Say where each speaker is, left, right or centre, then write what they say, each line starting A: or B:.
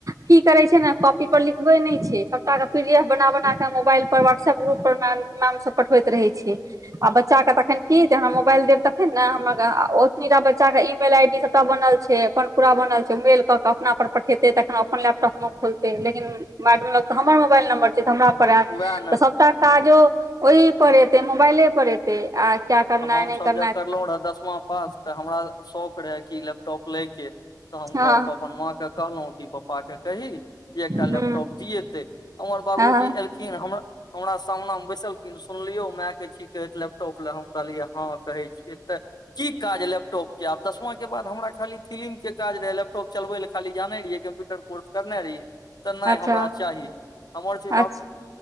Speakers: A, on the right; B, on the left.
A: की करे छै ने कॉपी पर लिखबे नहि छै सब के प डी एफ बना बना के मोबाइल पर व्हाट्सप ग्रुप पर मैम सब पठबैत रहे छै आ बच्चाके तखन की जे हम मोबाइल देब तखन ने हमरा ओतनीटा बच्चाके ई मेल आई डी सबटा बनल छै अपन पूरा बनल छै मेल कऽ के अपना पर पठेतै तखन अपन लैपटॉप मे खोलतै लेकिन मैडम लंग तऽ हमर मोबाइल नम्बर तऽ हमरा पर एतऽ
B: वएह ने
A: सभटा काजो ओहि पर एतै मोबाइले पर एतै आ क्या करना
B: हमसभ
A: है नहि करना
B: जहन
A: है
B: करलहुं रहे दसमा पास तऽ हमरा शौक रहे कि लैपटॉप लय के तऽ हम
A: हँ
B: घर पर अपन माँ तॅं कहलों की पापा कही जे एकटा
A: हूँ
B: लेपटॉप दियेते हमर बाबू
A: हँ
B: जी एल हमरा सामना मे बैसलखिन सुनलियो माय के छी लैपटॉप ले हम कहलियै हँ कहै छियै तऽ की काज लैपटॉपके आब दसमाकके बाद हमरा खाली फिलि्मके काज रहै लैपटॉप चलबै लए खाली जानै रहियै कम्प्यूटर फोर्स‌ करने रहियै तऽ नहि
A: अच्छा
B: हमरा चाही हमर जबाब
A: अच्छा